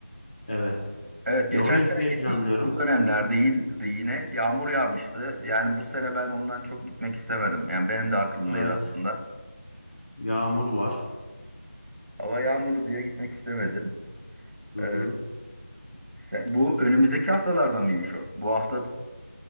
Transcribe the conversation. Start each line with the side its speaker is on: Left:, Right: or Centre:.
Left: Evet.
Right: Evet
Left: Ya
Right: geçen
Left: oraya
Right: sene
Left: gitmeyi planlıyorum.
Right: gitmiştik bu dönemler değildi yine yağmur yağmıştı. Yani bu sene ben ondan çok gitmek istemedim. Yani benim de aklımdaydı
Left: Evet,
Right: aslında.
Left: yağmur var.
Right: Hava yağmurlu diye gitmek istemedim.
Left: Hı hı.
Right: Ee, sen, bu önümüzdeki haftalarda mıymış o? Bu hafta